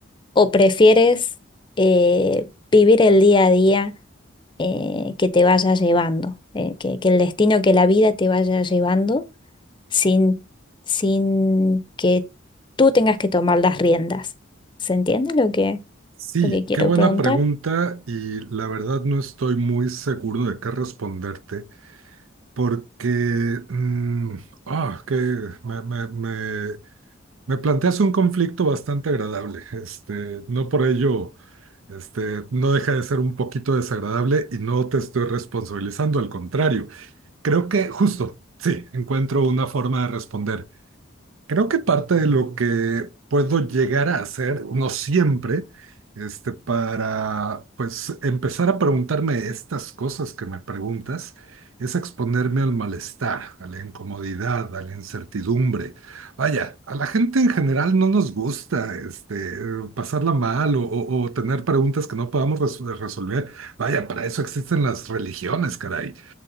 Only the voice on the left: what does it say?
o prefieres eh, vivir el día a día eh, que te vaya llevando, eh, que, que el destino, que la vida te vaya llevando sin, sin que tú tengas que tomar las riendas? ¿Se entiende lo que,
lo que quiero
preguntar?